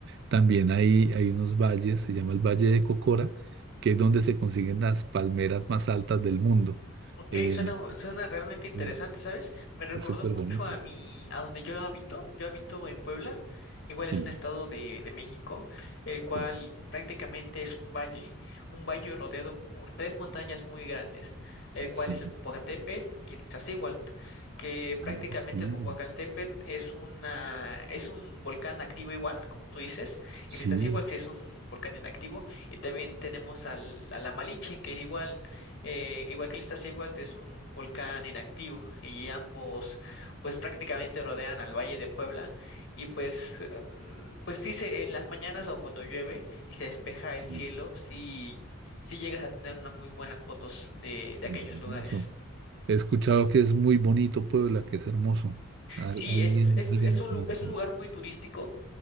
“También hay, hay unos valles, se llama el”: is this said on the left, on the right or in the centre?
Right